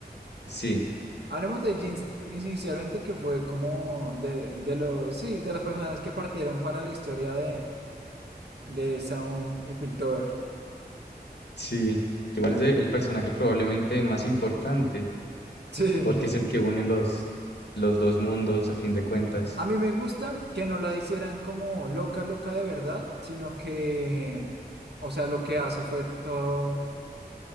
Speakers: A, on the left; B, on the right.
A: sí,
B: Hablemos de Jeans inicialmente, que fue como de, de los, sí, de las personas que partieron para la historia de, de Sound y Piltover.
A: sí. Igual es de- el personaje probablemente más importante
B: <laughs> Sí.
A: porque es el que une los, los dos mundos a fin de cuentas.
B: A mí me gusta que no la hicieran como loca, loca de verdad, sino que, o sea, lo que hace fue todo